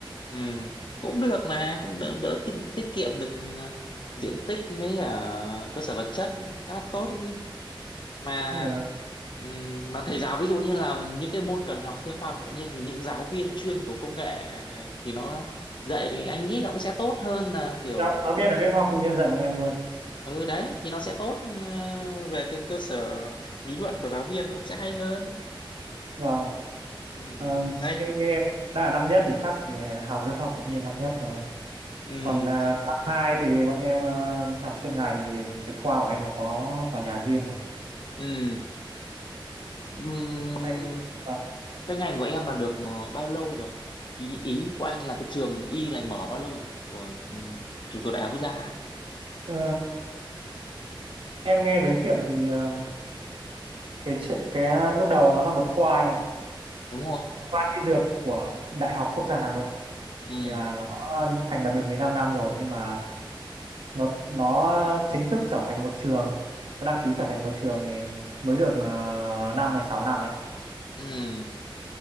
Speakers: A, on the left (about 60°); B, on the right (about 75°).
A: ừ cũng được mà cũng đỡ, đỡ tiết, tiết kiệm được ờ, diện tích mấy cả cơ sở vật chất khá là tốt đấy mà
B: cũng được
A: ừm, mà thầy giáo ví dụ như là những cái môn cần học thêm khoa học tự nhiên thì những giáo viên chuyên của công nghệ thì nó dạy thì anh nghĩ nó cũng sẽ tốt hơn là kiểu
B: giáo, giáo viên ở bên khoa học tự nhiên dạy bọn em luôn
A: ừ đấy thì nó sẽ tốt ừ, về cái cơ sở lý luận của giáo viên nó cũng sẽ hay hơn
B: và
A: Ừm,
B: ờ,
A: đây
B: như, như em đang là năm nhất thì chắc thì học bên khoa học tự nhiên năm nhất rồi
A: Ừm,
B: còn ờ, năm hai thì bọn em ờ, học chuyên ngành thì cái khoa của em là có tòa nhà riêng mà
A: ừm, ừm,
B: Đấy. Vâng.
A: cái ngành của em là được ờ, bao lâu rồi ý ý của anh là cái trường y này mở bao lâu rồi của ừm, trường thuộc đại học quốc gia á,
B: Ờ, em nghe giới thiệu thì ờ, cái chữ- cái ờ, lúc đầu nó là một khoa anh ạ
A: đúng không
B: khoa y dược của Đại học Quốc gia Hà Nội
A: Ừ,
B: thì à, nó thành lập được 15 năm rồi nhưng mà nó nó chính thức trở thành một trường nó đăng ký trở thành một trường thì mới được uh, 5 hay 6 năm ấy
A: ừ.